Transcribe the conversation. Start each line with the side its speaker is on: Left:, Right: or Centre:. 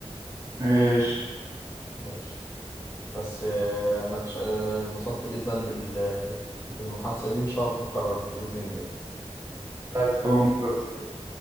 Right: ماشي
Left: ماشي بس آه، أنا اتش- آه، انبسطت جدا بال بالمحادثة دي وإن شاء الله نكررها بإذن الله
Right: واحد كمان مرة بس.